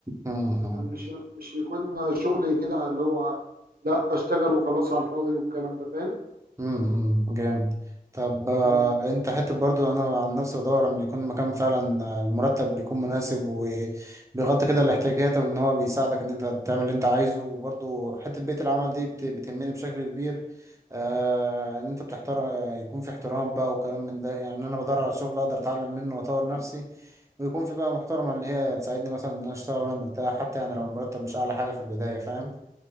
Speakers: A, on the right (about 20°); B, on the right (about 75°).
A: مم.
B: مش مش يكون شغل كده اللي هو لا اشتغل وخلاص على الفاضي والكلام ده فاهم
A: امم جامد طب آه،
B: آه.
A: انت حته برضو انا عن نفسي بدور ان يكون مكان فعلا آه، المرتب بيكون مناسب وبيغطي كده الاحتياجات وان هو بيساعدك ان انت تعمل اللي انت عايزه وبرضو حته بيت العمل دي بت- بتهمني بشكل كبير آه ان انت بتحترم آه، يكون في احترام بقى وكلام من ده يعني انا بدور على شغل اقدر اتعلم منه واطور نفسي ويكون في بقى محترمه اللي هي تساعدني مثلا ان انا اشتغل وانا مرتاح حتى يعني لو المرتب مش اعلى حاجه في البدايه فاهم